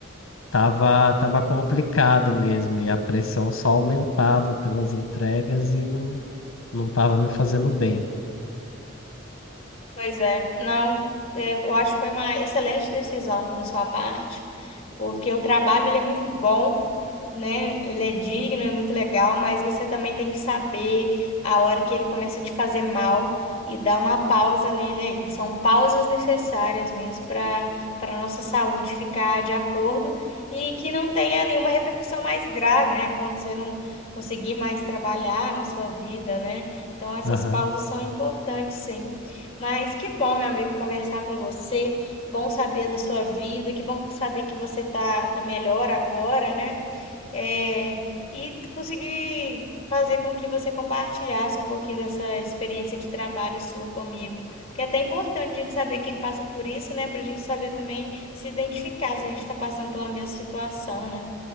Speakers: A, on the left; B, on the left.
A: tava, tava complicado mesmo, e a pressão só aumentava pelas entregas e não, não tava me fazendo bem.
B: Pois é, não, é, eu acho que foi uma excelente decisão da sua parte, porque o trabalho ele é muito bom, né? Ele é digno, é muito legal, mas você também tem que saber a hora que ele começa a te fazer mal e dar uma pausa nele aí. São pausas necessárias mesmo para para nossa saúde ficar de acordo e que não tenha nenhuma repercussão mais grave, né? A ponto de você não conseguir mais trabalhar na sua vida, né? Então essas
A: Aham,
B: pausas são importantes, sim. Mas que bom, meu amigo, conversar com você, bom saber da sua vida, que bom saber que você tá tá melhor agora, né? é, e conseguir fazer com que você compartilhasse um pouquinho dessa experiência de trabalho sua comigo. Porque é até importante a gente saber quem passa por isso, né? Para a gente saber também se identificar se a gente está passando pela mesma situação, né?